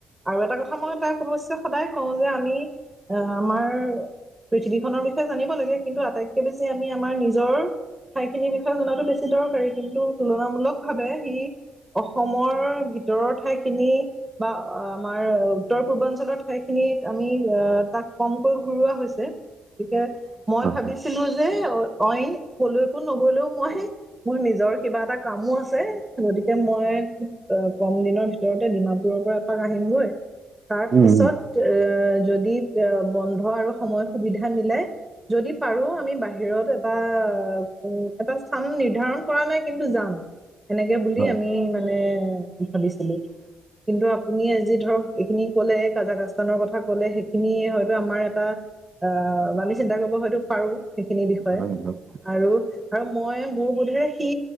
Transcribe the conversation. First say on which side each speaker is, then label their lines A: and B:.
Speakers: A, on the right; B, on the right.
A: আৰু এটা কথা মই তাই <inaudible> সদায় কওঁ যে আমি আহ, আমাৰ পৃথিৱীখনৰ বিষয়ে জানিব লাগে কিন্তু আটাইতকে বেছি আমি আমাৰ নিজৰ ঠাইখিনিৰ বিষয়ে জনাতো বেছি দৰকাৰী কিন্তু তুলনামূলক ভাৱে সি অসমৰ ভিতৰৰ ঠাইখিনি, বা আমাৰ উত্তৰ পূৰ্বাঞ্চলৰ ঠাইখিনিত আমি এ তাক কমকৈ ঘূুৰা হৈছে গতিকে মই
B: হয়
A: ভাবিছিলো
B: হয়
A: যে অইন কলৈ একো নগলেও মই। মোৰ নিজৰ কিবা এটা কামো আছে গতিকে মই খুব কম দিনৰ ভিতৰতে ডিমাপুৰৰ পৰা আহিমগৈ তাৰ
B: উম
A: পিছত
B: হুম
A: এ যদি যদি বন্ধ আৰু সময় সুবিধা মিলে, যদি পাৰো আমি বাহিৰত এটা উ এটা স্থান নিৰ্ধাৰণ কৰা নাই কিন্তু যাম, সেনেকে বুলি
B: হয়
A: আমি মানে ভাবিছিলোঁ কিন্তু আপুনি আজি ধৰক এইখিনি ক'লে কাজাকাস্তানৰ কথা ক'লে সেইখিন খিনিয় হয়তো আমাৰ এটা অ', আমি চিন্তা কৰিব হয়তো পাৰোঁ সেইখিনি বিষয়ে।
B: হয় হয়
A: আৰু, আৰু মই মোৰ বোধেৰে সি